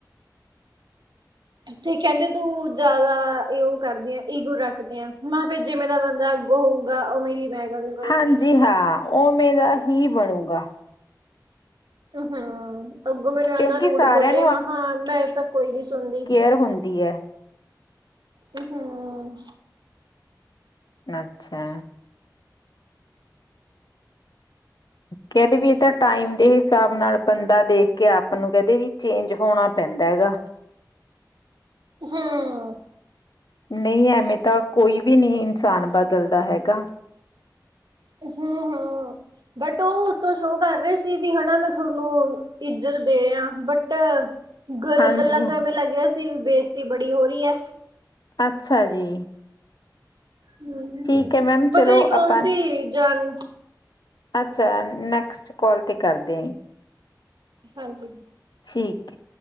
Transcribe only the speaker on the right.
ਤੇ ਕਹਿੰਦੇ ਤੂੰ ਜ਼ਿਆਦਾ ਇਹੋ ਕਰਦੀ ਆ ਈਗੋ ਰੱਖਦੀ ਆਂ ਮੈਂ ਕਿਹਾ ਫਿਰ ਜਿੰਮੇ ਦਾ ਬੰਦਾ ਹੋਉ। ਉਹ ਹੋਊਗਾ ਉਮੇ ਦੀ ਮੈਂ ਗੱਲ ਕਰੂੰਗੀ।
ਹਮ ਅੱਗੋ ਮੈਨੂੰ
ਇਨਾ ਰੂੜ
ਬੋਲੇ ਮੈਂ ਕਿਹਾ ਮੈਂ ਤਾਂ ਕੋਈ ਨੀ ਸੁਣਦੀ।
ਹਮ-ਹਮ।
ਹਮ।
ਹਮ-ਹਮ, ਬਟ ਉਹ ਉੱਤੋ ਸੋ ਕਰ ਰਹੇ ਸੀ ਵੀ ਹਨਾ ਨਾ ਧੋਨੂੰ, ਇੱਜਤ ਦੇ ਰਹੇ ਆ, ਬਟ ਗ-ਗੱਲਾਂ
ਤੋਂ ਐਵੇਂ ਲੱਗ ਰਿਹਾ ਸੀ ਵੀ ਬੇਇਜ਼ਤੀ ਬੜੀ ਹੋ ਰਹੀ ਐ।
ਹਮ,
ਪਤਾ
ਹੀ ਕੌਣ
ਸੀ ਜਾਣੂ?
ਹਾਂਜੀ।